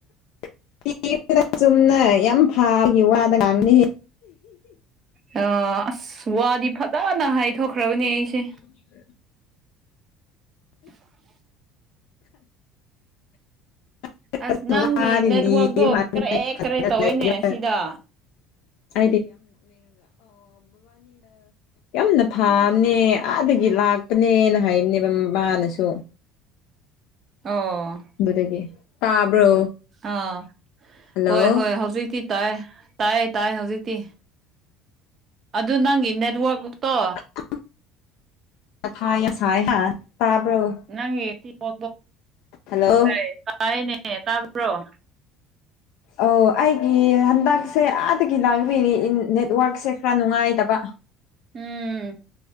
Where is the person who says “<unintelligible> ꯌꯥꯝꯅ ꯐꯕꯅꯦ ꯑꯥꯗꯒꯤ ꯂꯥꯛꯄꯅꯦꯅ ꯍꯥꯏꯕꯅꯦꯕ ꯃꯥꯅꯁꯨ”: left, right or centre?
Left